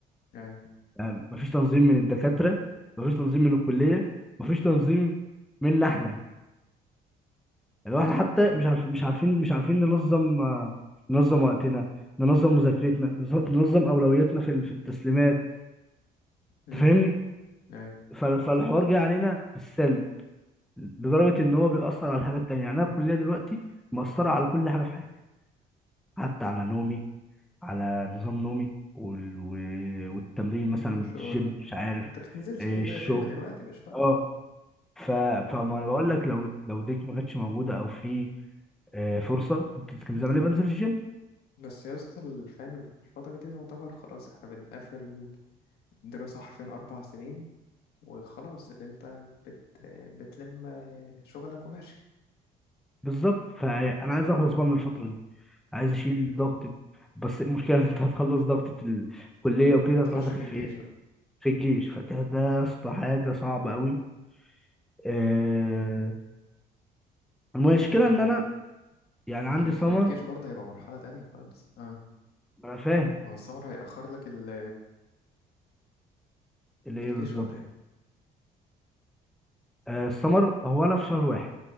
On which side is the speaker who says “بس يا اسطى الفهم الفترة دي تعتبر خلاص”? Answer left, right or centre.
Left